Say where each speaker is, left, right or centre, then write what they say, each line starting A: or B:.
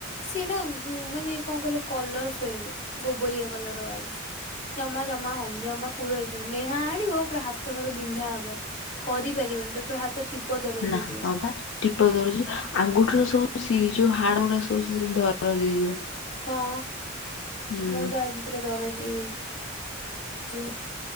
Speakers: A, on the left; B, on the left.
A: ସିଏ ନା ମାନେ କଣ କହିଲ କଲର ଫେଡ୍ ଗୋବରିଆ କଲର ବାହାରୁଛି। ଜମା ଜମା ହଉନି ଜମା ପୁରହିତ ନେହା ଆଣିବ ପୁରା ହାତ ପାତ ବିନ୍ଧା ହବ। କରିପାରିବନି ଟୋଟାଲ ହାତ ଟିପ ଦରଜ
B: ନା
A: ହେଇଯିବ।
B: ହଁ ପା। ଟିପ ଦରଜ ଆଙ୍ଗୁଠିର ସବୁ ସି ଯଉ ହାଡ ଗୁଡା ସବୁ ସେ ଦରଜ ହେଇଯିବ।
A: ହଁ
B: ହୁଁ
A: ମୋର ବା ଆଜି ପୁରା ଦରଜ ହେଇଯାଇଛି।